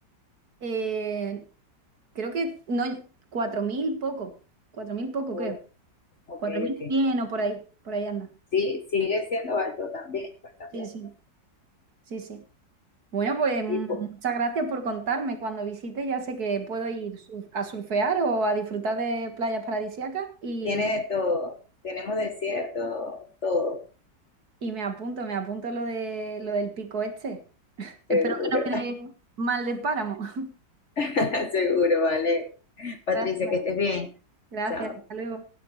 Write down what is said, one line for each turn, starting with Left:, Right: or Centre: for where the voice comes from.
Right: eh, creo que no, 4.000 poco, 4.000 poco
Left: Oh,
Right: creo.
Left: ok,
Right: 4.100
Left: ok.
Right: o por ahí, por ahí anda.
Left: Sí, sigue siendo alto también, bastante
Right: Sí,
Left: alto.
Right: sí. Sí, sí. Bueno, pues muchas
Left: Y pues,
Right: gracias por contarme. Cuando visite ya sé que puedo ir sur- a surfear o a disfrutar de playas paradisíacas y,
Left: tiene de todo. Tenemos desierto, todo.
Right: y me apunto, me apunto lo de lo del pico este. Espero
Left: Seguro,
Right: que no me dé mal de páramo. <laughs>
Left: <laughs> seguro, vale. Patricia,
Right: Gracias,
Left: que estés bien.
Right: gracias.
Left: Chao.
Right: Hasta luego.